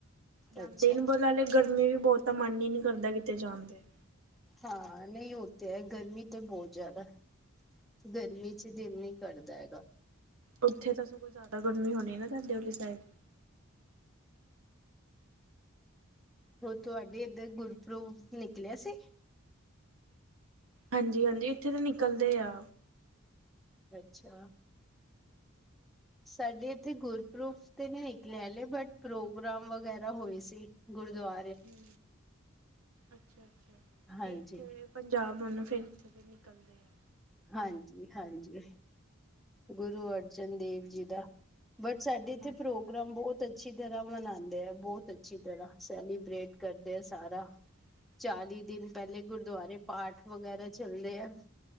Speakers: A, on the right (about 80°); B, in the centre.
A: ਜਾਂਦੇ
B: ਅੱਛਾ
A: ਨੂੰ ਬਲਾਲੇ ਗਰਮੀ ਵੀ ਬੌਤ ਆ ਮਨ ਈ ਨੀ ਕਰਦਾ ਕਿਤੇ ਜਾਣ ਤੇ
B: ਹਾਂ ਨਈ ਓ ਤੇ ਹੈ ਗਰਮੀ ਤੇ ਬੌਤ ਜਆਦਾ ਗਰਮੀ ਚ ਦਿਲ ਨਈ ਕਰਦਾ ਹੈਗਾ।
A: ਉੱਥੇ ਤਾ ਸਗੋ ਜ਼ਿਆਦਾ ਗਰਮੀ ਹੋਣੀ ਨਾ ਤਾਡੇ ਅਲੀ ਸੈਡ?
B: ਹੋਰ ਤੁਆਡੇ ਏਧਰ ਗੁਰਪਰੁਵ ਨਿਕਲਿਆ ਸੀ?
A: ਹਾਂਜੀ, ਹਾਂਜੀ ਏਥੇ ਤਾ ਨਿਕਲਦੇ ਆ।
B: ਅੱਛਾ ਸਾਡੇ ਏਥੇ ਗੁਰਪਰੁਵ ਤੇ ਨੀ ਨਿਕਲੇਆ ਹਲੇ ਬਟ ਪ੍ਰੋਗਰਾਮ ਵਗੈਰਾ ਹੋਏ ਸੀ ਗੁਰਦੁਆ
A: ਹੁੰ ਅੱਛਾ -ਅੱਛਾ
B: ਹਾਂਜੀ
A: ਏਥੇ ਪੰਜਾਬ ਨਾਲੋ ਫੇਰ ਇੱਥੇ ਦੇ ਨਿਕਲਦੇ ਐ।
B: ਹਾਂਜੀ -ਹਾਂਜੀ ਗੁਰੂ ਅਰਜਨ ਦੇਵ ਜੀ ਦਾ ਬਟ ਸਾਡੇ ਏਥੇ
A: ਹਾਂਜੀ
B: ਪ੍ਰੋ ਪ੍ਰਮ ਬੌਤ ਅੱਛੀ ਤਰ੍ਹਾਂ ਮਨਾਂਦੇ ਆ ਬੌਤ ਅੱਛੀ ਤਰਾਂ ਸੈਲੀਬ੍ਰੇਟ ਕਰਦੇ ਆ ਸਾਰਾ।
A: <inaudible>
B: ਚਾਲੀ ਦਿਨ ਪੈਲੇ ਗੁਰਦਵਾਰੇ ਪਾਠ ਵਗੈਰਾ ਚੱਲਦੇ ਆ।